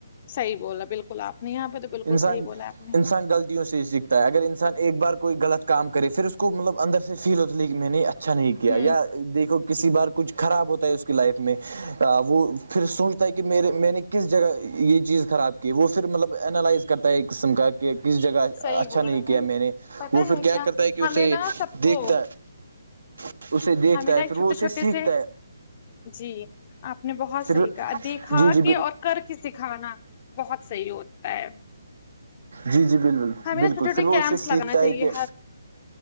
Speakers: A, on the left; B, on the right.
A: صحیح بولا بالکل آپ نے یہاں پے تو بالکل
B: انسان
A: صحیح بولا آپ نے
B: انسان غلط طیوں سے سیکھتا ہے اگر انسان ایک بار کوئی غلط کام کرے پھر اس کو مطلب اندر سے فیل ہوتا ہے کی میں نے اچھا نہیں کیا
A: ہوں
B: یا دیکھو کسی بار کچھ خراب ہوتا ہے اس کی لائف میں آ وہ پھر سوچتا ہے کی میرے میں نے کس جگہ یے چیز خراب کی وہ پھر مطلب اینالائز کرتا ہے ایک قسم کا کہ کس جگہ
A: صحیح
B: اچھا
A: بول
B: نہیں
A: رہے
B: کیا
A: ہیں
B: میں نے
A: پت
B: وہ پھر
A: ہے
B: کیا کرتا ہے کی اسے
A: ہمیں نا سب کو
B: دیکھتا ہے اسے دیکھتا
A: ہمیں نا
B: ہے
A: ایک
B: پھر
A: چھوٹے
B: وہ اسے
A: چھوٹے
B: سیکھتا
A: سے
B: ہے
A: جی آپ نے بہت
B: پھر
A: صحیح کہا دیکھا
B: جی جی
A: کہ اور کر کے سکھانا بہت صحیح ہوتا ہے
B: جی جی بالکل
A: ہمیں
B: بالکل
A: نا چھوٹے چھوٹے
B: پھر وہ
A: کیمپس
B: اس سے
A: لگانا
B: سیکھتا
A: چاہیے
B: ہے کہ